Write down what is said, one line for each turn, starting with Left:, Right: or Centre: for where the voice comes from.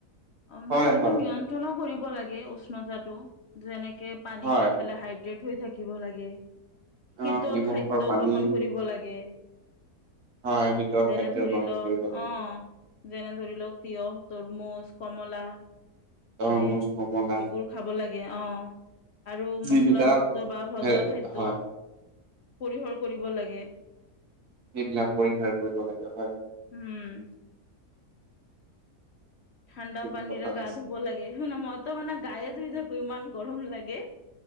Left: অ
Right: হয়
Left: মানে এইটো
Right: হয়
Left: নিয়ন্ত্ৰণো কৰিব লাগে উষ্ণতাটো যেনেকে পানী
Right: হয়
Left: খাই পেলাই হাই। ড্ৰেট হৈ থাকিব লাগে শীতল
Right: অ' নিমখৰ
Left: খাদ্য
Right: পানী
Left: গ্ৰহণ কৰিব লাগে।
Right: হয় শীতল
Left: যেনে
Right: খাদ্য
Left: ধৰি
Right: গ্ৰহণ
Left: লওঁক
Right: কৰিব লাগে।
Left: অ। যেনে ধৰি লওঁক তিয়হ, তৰমুজ, কমলা।
Right: তৰমুজ,
Left: মানে
Right: কমলা
Left: এইবোৰ খাব লাগে অ। আৰু
Right: যিবিলাক
Left: মচলাযুক্ত বা ভজা
Right: ভে
Left: খাদ্য।
Right: হয়
Left: পৰিহৰ কৰিব লাগে।
Right: সেইবিলাক পৰিহাৰ কৰিব লাগে হয়।
Left: উম। ঠাণ্ডা
Right: ঠিক
Left: পানীৰে
Right: কথা কৈছে।
Left: গা ধুব লাগে হ ন ম। ত মানে গায়ে ধুই থাকো ইমান গৰম লাগে